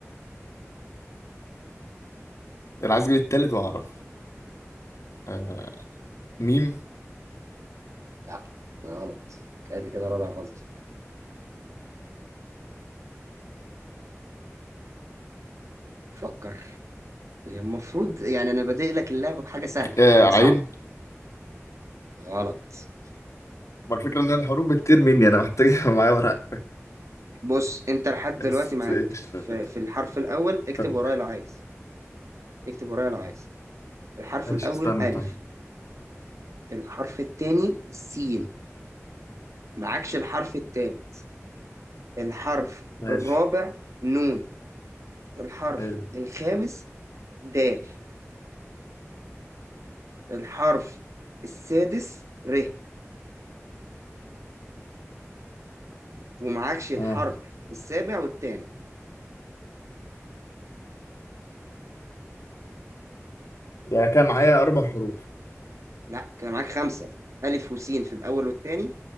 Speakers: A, on the left; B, on the right.
A: انا عايز اجيب التالت واعرف آه ميم
B: لا غلط ادي كده رابع غلط فكر يعني المفروض يعني انا بادئ لك اللعبة بحاجة سهلة
A: آه
B: مش حاجة صعبة
A: عين
B: غلط
A: ما الفكرة إن أنا الحروف بكتير مني أنا محتاج يبقى معايا ورق
B: بص انت لحد دلوقتي
A: بس
B: معاك
A: قشطة.
B: في, في الحرف الاول اكتب
A: استنى
B: ورايا لو عايز اكتب ورايا لو عايز الحرف
A: ماشي
B: الاول
A: استنى
B: الف
A: طيب
B: الحرف التاني سين معكش الحرف التالت الحرف
A: ماشي
B: الرابع نون الحرف
A: حلو
B: الخامس دال الحرف السادس ر ومعكش الحرف
A: اه
B: السابع والثامن
A: يعني كان معايا أربع حروف
B: لا كده معاك خمسة ألف وسين في الأول والتاني